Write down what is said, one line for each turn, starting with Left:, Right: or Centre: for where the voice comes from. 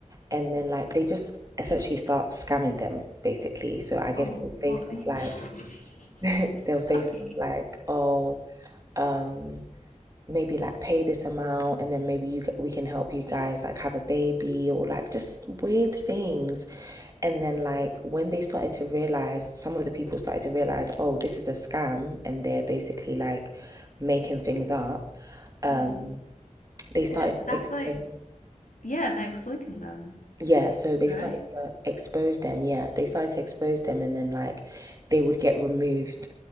Right: and then like they just essentially start scamming them basically so I guess
Left: Oh,
Right: they'll say
Left: what?
Right: stuff
Left: <laughs> Sorry.
Right: like <laughs> they'll say stuff like oh um maybe like pay this amount and then maybe you we can help you guys like have a baby or like just weird things and then like when they started to realize some of the people started to realize oh this is a scam and they're basically like making things up um
Left: Mm.
Right: they started
Left: That,
Right: to
Left: that's
Right: expose
Left: like, yeah, they're exploiting them,
Right: yeah so they
Left: right?
Right: started to expose them yeah they started to expose them and then like they would get removed